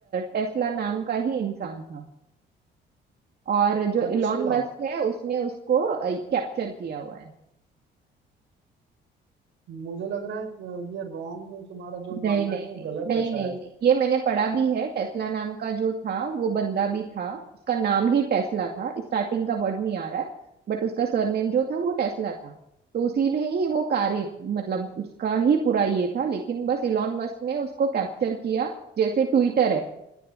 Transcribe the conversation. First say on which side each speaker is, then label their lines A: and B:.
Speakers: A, on the right; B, on the right.
A: टेस्ला नाम का ही इंसान था और जो
B: अच्छा
A: इलॉन मस्क है उसने उसको कैप्चर किया हुआ है
B: मुझे लग रहा है कि ये रॉन्ग तुम्हारा जो मानना
A: नहीं नहीं
B: है वो
A: नहीं
B: गलत
A: नहीं
B: है शायद
A: नहीं नहीं ये मैंने पढ़ा भी है टेस्ला नाम का जो था वो बंदा भी था उसका नाम ही टेस्ला था स्टार्टिंग का वर्ड नहीं आ रहा है बट उसका सरनेम जो था वो टेस्ला था तो उसी ने ही वो कार मतलब उसका ही पूरा ये था लेकिन बस इलॉन मस्क ने उसको कैप्चर किया जैसे ट्विटर है